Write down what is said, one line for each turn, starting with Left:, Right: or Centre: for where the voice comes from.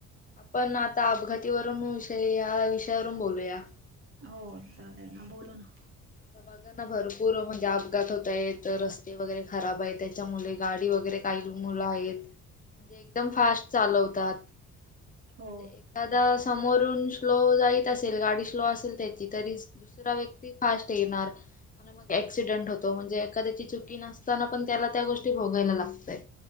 Left: पण आता अपघातीवरून विषय या विषयावरून बोलूया.
Right: हो चालेल ना बोलू ना.
Left: ता बघा ना, भरपूर म्हणजे अपघात होत आहेत. रस्ते वगैरे खराब आहेत. त्याच्यामुळे गाडी वगैरे काही मुलं आहेत एकदम फास्ट चालवतात.
Right: हो
Left: <unintelligible> जर समोरून स्लो जात असेल, गाडी स्लो असेल त्याची, तरी दुसरा व्यक्ती फास्ट येणार. ऍक्सिडेंट होतो म्हणजे एखाद्याची चुकी नसताना पण त्याला त्या गोष्टी भोगायला लागतायत.